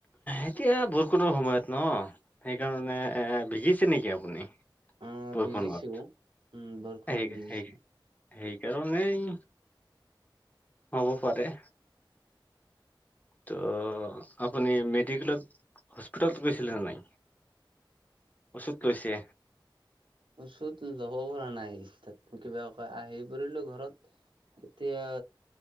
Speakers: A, on the left; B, on the right.
A: এতিয়া বৰষুণৰ সময়ত ন, সেইকাৰণে এ ভিজিছে নেকি আপুনি?
B: অ
A: বৰষুণত
B: ভিজিছো উম বৰষুণত
A: এই,
B: ভিজিছো
A: সেই সেইকাৰণেই হ'ব পাৰে। তো আপুনি মেডিকেলত হস্পিটেলত গৈছিলে নে নাই। অচুত লৈছে।
B: ওচুত ল'ব পৰা নাই তাত কিবা আহি পৰিলো ঘৰত। এতিয়া